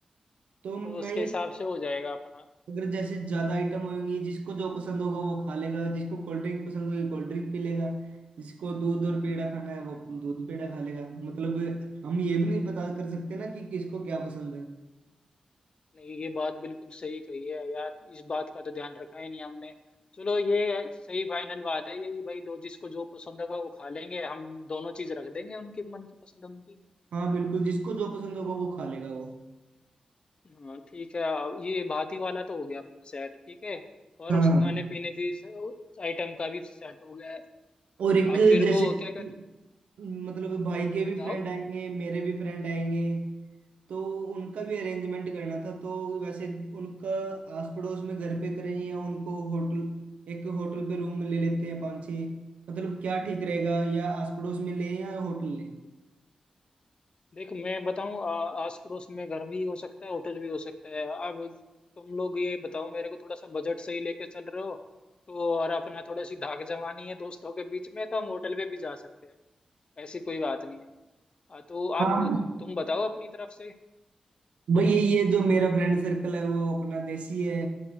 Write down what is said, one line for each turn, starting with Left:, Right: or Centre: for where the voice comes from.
Right: तो मैं
Left: तो उसके
Right: ये
Left: हिसाब से हो जाएगा अपना
Right: अगर जैसे ज्यादा आइटम होंगी जिसको जो पसंद होगा वो खा लेगा जिसको कोल्ड ड्रिंक पसंद होगी कोल्ड ड्रिंक पी लेगा जिसको दूध और पेड़ा खाना है वो दूध पेड़ा खा लेगा मतलब हम ये भी नहीं पता कर सकते ना कि किसको क्या पसंद है
Left: नहीं ये बात बिल्कुल सही कही है यार इस बात का तो ध्यान रखा ही नहीं हमने चलो ये सही फाइनल बात है यही भाई दो जिसको जो पसंद होगा वो खा लेंगे हम दोनों चीज रख देंगे उनके मन की पसंद उनकी
Right: हाँ बिल्कुल जिसको जो पसंद होगा वो खा लेगा वो
Left: हाँ ठीक है ये भाती वाला तो हो गया अपना सेट ठीक है और
Right: हाँ
Left: उस खाने पीने की आइटम का भी सेट हो गया है
Right: और एक
Left: अब फिर
Right: जैसे
Left: वो
Right: कि
Left: क्या कहते
Right: मतलब भाई के भी
Left: बताओ
Right: फ्रेंड आएंगे मेरे भी फ्रेंड आएंगे तो उनका भी अरेंजमेंट करना था तो वैसे उनका आस पड़ोस में घर पे करें या उनको होटल एक होटल पे रूम ले लेते हैं पाँच छः मतलब क्या ठीक रहेगा या आस पड़ोस में लें या होटल लें
Left: देख मैं बताऊं आ- आस पड़ोस में घर भी हो सकता है होटल भी हो सकता है अब तुम लोग ये बताओ मेरे को थोड़ा सा बजट सही लेके चल रहे हो तो और अपना थोड़ा सी धाक जमानी है दोस्तों के बीच में तो हम होटल पे भी जा सकते हैं ऐसी कोई बात नहीं है आ, तो
Right: हाँ
Left: अब तुम बताओ अपनी तरफ से
Right: भाई ये ये जो मेरा फ्रेंड सर्कल है वो अपना देसी है